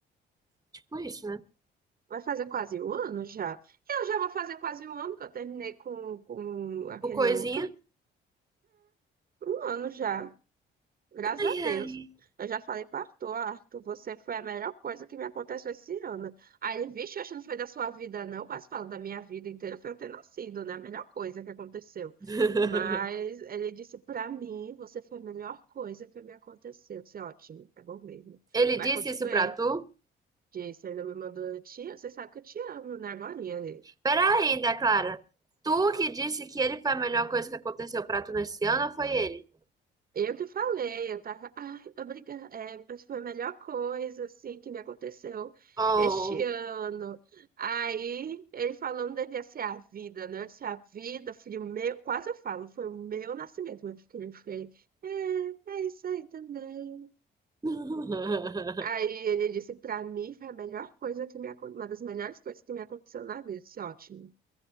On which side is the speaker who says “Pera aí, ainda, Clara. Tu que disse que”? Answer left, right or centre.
Right